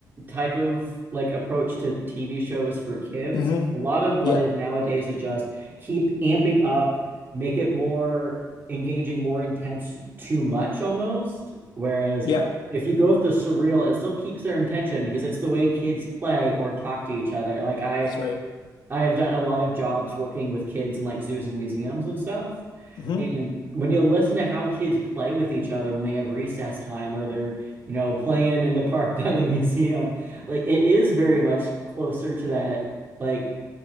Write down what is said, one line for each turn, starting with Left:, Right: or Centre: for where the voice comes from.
Right: type of like approach to TV shows for kids.
Left: hmm
Right: A lot of what
Left: Yeah.
Right: is nowadays is just keep amping up, make it more engaging, more intense, too much almost. Whereas
Left: Yeah.
Right: if you go with the surreal, it still keeps their intention because it's the way kids play or talk to each other. Like I
Left: That's right.
Right: I have done a lot of jobs working with kids in like zoos and museums and stuff.
Left: hmm
Right: And when you listen to how kids play with each other when they have recess time or they're, you know, playing in the park <laughs> by the museum, like it is very much closer to that, like